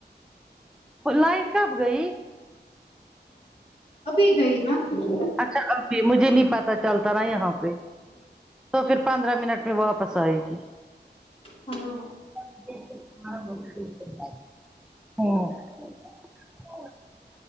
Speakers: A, in the centre; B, on the left.
A: لائٹ کب گئی
B: ابھی گئی نا کچھ
A: اچھا ابھی مجھے نہیں پتا چلتا نا یہاں پہ تو پھر پندرہ منٹ میں واپس آئے گی
B: ہاں
A: ہمم